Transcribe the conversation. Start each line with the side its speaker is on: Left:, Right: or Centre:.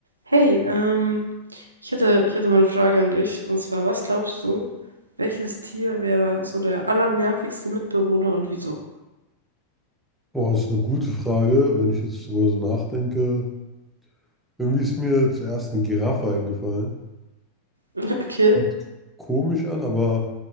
Right: Hey, ähm, ich hätte, ich hätte mal eine Frage an dich. Und zwar, was glaubst du, welches Tier wäre so der allernervigste Mitbewohner und wieso?
Centre: Boah, ist eine gute Frage, wenn ich jetzt darüber so nachdenke. Irgendwie ist mir zuerst eine Giraffe eingefallen.
Right: <laughs> Okay.
Centre: Hört sich komisch an, aber